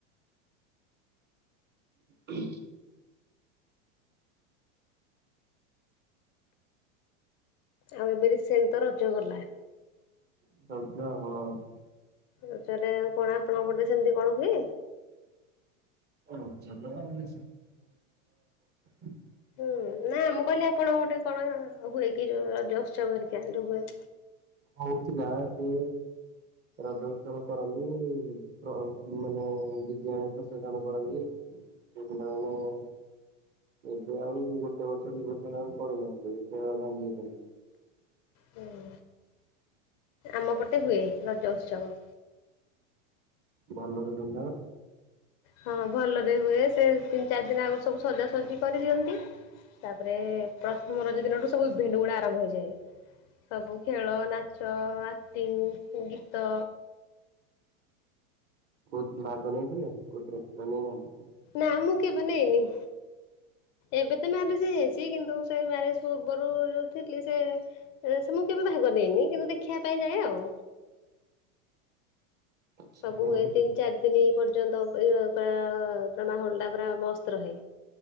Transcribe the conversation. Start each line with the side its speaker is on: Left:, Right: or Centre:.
Right: ହଁ
Left: ଆଉ ଏବେ ରିସେନ ତ ରଜ ଗଲା।
Right: <unintelligible> ହଁ।
Left: ରଜରେ ଆଉ କଣ ଆପଣଙ୍କ ପଟରେ ସେମିତି କଣ ହୁଏ?
Right: ରଜ ରେ <unintelligible>
Left: ହୁଁ ନା ମୁଁ କହିଲି ଆପଣଙ୍କ ଗୋଟେ କଣ ହୁଏ କି ଯୋଉ ର ଉତ୍ସବ ହେରିକା ଯୋଉ ହୁଏ?
Right: ହଉଥିଲା ଏବେ ରଜ ଉତ୍ସବ କରନ୍ତି ପ୍ରୋ ମାନେ ଡି ଜେ ଆଣିକି ପ୍ରୋସେସନ କରନ୍ତି। <unintelligible> ଏବେ ଆଉ ଗୋଟେ ବର୍ଷ ଦି ବର୍ଷ ହେଲା ଆଉ କରୁନାହାନ୍ତି <unintelligible> ଭାଙ୍ଗି ଦେଲେ।
Left: ହୁଁ ଆମ ପଟେ ହୁଏ ରଜ ଉତ୍ସବ।
Right: ଭଲରେ ଧୁମ ଧାମ ରେ?
Left: ହଁ ଭଲରେ ହୁଏ ସେ ତିନି ଚାରି ଦିନ ଆଗରୁ ସବୁ ସଜାସଜିଜି କରିଦିଅନ୍ତି। ତାପରେ ପ୍ର ଥମ ରଜ ଦିନଠୁ ସବୁ ଇଭେଣ୍ଟ ଗୁଡା ଆରମ୍ଭ ହେଇଯାଏ। ସବୁ ଖେଳ ନାଚ ଆକ୍ଟିଂ ଗୀତ
Right: କୋ ଭାଗ ନେଇଥିଲେ କୋଉଥିରେ ନା ନେଇନାହାନ୍ତି?
Left: ନାଁ ମୁଁ କେ ବନାଇନି। ଏବେ ତ ମ୍ୟାରେଜ ହେଇଯାଇଚି କିନ୍ତୁ ସେ ମ୍ୟାରେଜ ପୂର୍ବରୁ ଯଉ ଥିଲି ସେ ମୁଁ କେବେ ଭାଗ ନେଇନି କିନ୍ତୁ ଦେଖିବା ପାଇଁ ଯାଏ ଆଉ।
Right: ଆଚ୍ଛା
Left: ସବୁ
Right: ହଉ
Left: ହୁଏ
Right: ହଉ
Left: ତିନି ଚାରି ଦିନି ପର୍ଯ୍ୟନ୍ତ ପୁରା ପ ମାହଲ ଟା ପୁରା ମସ୍ତ ରହେ।